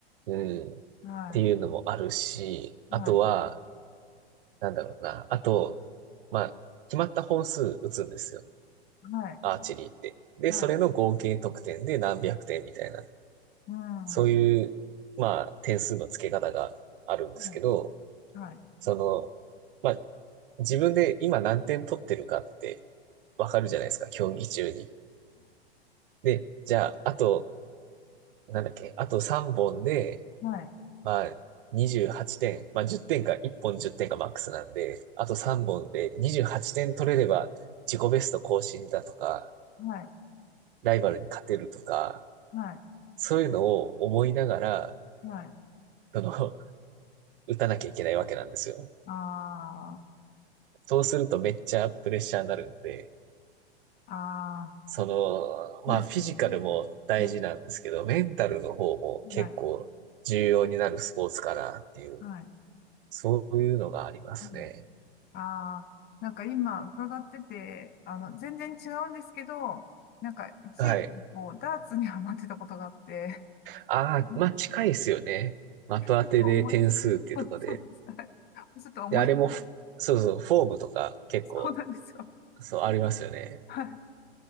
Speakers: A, on the right; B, on the left.
A: うん。っていうのもあるし、
B: は
A: あとは、
B: い。はい。
A: なんだろうな。あと、まあ、決まった本数打つんですよ。
B: はい。
A: アーチェリーって。で、
B: はい。
A: それの合計得点で何百点みたいな。
B: うん。は
A: そういう、まあ、点数の付け方があるんですけど、
B: い。はい。
A: その、まあ、自分で今何点取ってるかってわかるじゃないですか、競技中に。で、じゃあ、あと、なんだっけ、あと3本で、
B: はい。
A: まあ、28点、まあ10点か、1本10点かマックスなんで、あと3本で28点取れれば自己ベスト更新だとか、
B: はい。はい。
A: ライバルに勝てるとか、
B: は
A: そういうのを思いながら、
B: い。はい。
A: その、<laughs> 打たなきゃいけないわけなんですよ。
B: あ
A: そうするとめっちゃプレッシャーになるんで、
B: あ、ああ、
A: その、
B: そうですね。
A: まあフィジカルも大事なんですけど、
B: な
A: メンタルの方も結構重要になるスポーツかなっていう、
B: はい。はい。
A: そういうのがありますね。
B: うん、ああ、なんか今伺ってて、あの、全然違うんですけど、なんか一時期こう、
A: はい。
B: ダーツにハマってたことがあって、
A: ああ、
B: <laughs> ち
A: まあ近いですよね。的当てで点数っていうところで。
B: ょっと思い出し、<laughs> そうです。はいちょっと思い
A: で、あれもフ、そうそう、フォームとか結構、
B: そうなんですよ。
A: そう、ありますよね。
B: <laughs> はい。